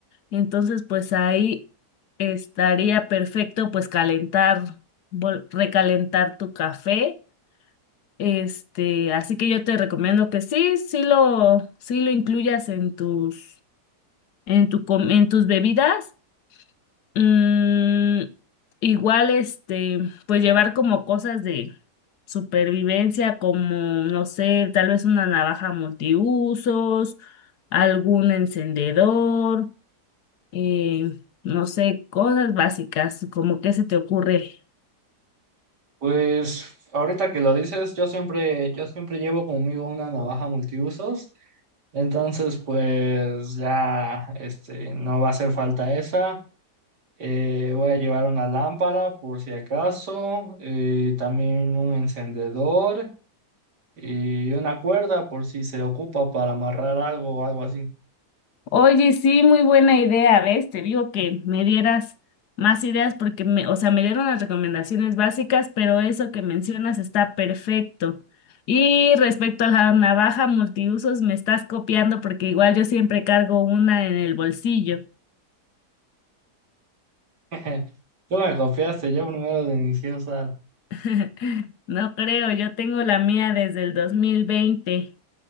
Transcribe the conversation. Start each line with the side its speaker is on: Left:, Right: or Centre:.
Left: Entonces, pues ahí estaría perfecto pues calentar, vol- recalentar tu café. Este, así que yo te recomiendo que sí, sí lo, sí lo incluyas en tus, en tu, com- en tus bebidas. Mm, igual, este, pues llevar como cosas de supervivencia, como, no sé, tal vez una navaja multiusos, algún encendedor, eh, no sé, cosas básicas, como qué se te ocurre.
Right: Pues ahorita que lo dices, yo siempre, yo siempre llevo conmigo una navaja multiusos, entonces pues ya este, no va a hacer falta esa. Eh, voy a llevar una lámpara por si acaso, eh, también un encendedor y una cuerda por si se ocupa para amarrar algo o algo así.
Left: Oye, sí, muy buena idea, ¿ves? Te digo que me dieras más ideas porque me, o sea, me dieron las recomendaciones básicas, pero eso que mencionas está perfecto. Y respecto a la navaja multiusos, me estás copiando porque igual yo siempre cargo una en el bolsillo.
Right: <laughs> Tú me confiaste, yo primero de iniciosa.
Left: <laughs> No creo, yo tengo la mía desde el dos mil veinte